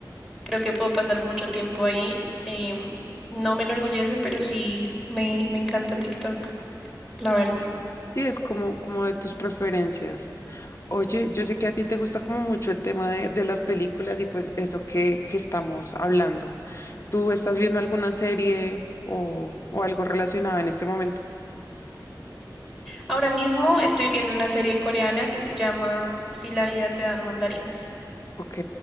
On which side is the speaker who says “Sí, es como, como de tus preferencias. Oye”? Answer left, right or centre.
Left